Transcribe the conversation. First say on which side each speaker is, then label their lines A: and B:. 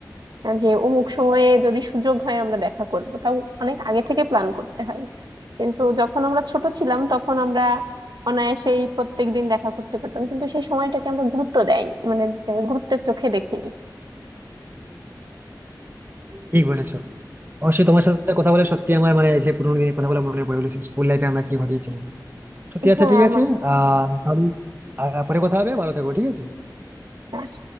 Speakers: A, on the right; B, on the right.
A: হ্যাঁ, যে অমুক সময়ে যদি সুযোগ হয় আমরা দেখা করব তাও অনেক আগে থেকে প্ল্যান করতে হয় কিন্তু যখন আমরা ছোট ছিলাম তখন আমরা অনায়াসেই প্রত্যেক দিন দেখা করতে পারতাম কিন্তু সেই সময়টাকে আমরা গুরুত্ব দেয়নি মানে আহ, গুরুত্বের চোখে দেখিনি
B: ঠিক বলেছো অবশ্যই তোমার সাথে কথা বলে সত্যি আমার মানে যে পুরোনো দিনের কথা বলে মনে পড়ে গেলো স্কুল লাইফে আমরা কি ঘটিয়েছিলাম সত্যি আচ্ছা
A: হ্যাঁ
B: ঠিক
A: আমার
B: আছে আহ তাহলে আহ, পরে কথা হবে ভালো থেকো ঠিক আছে
A: হ্যাঁ।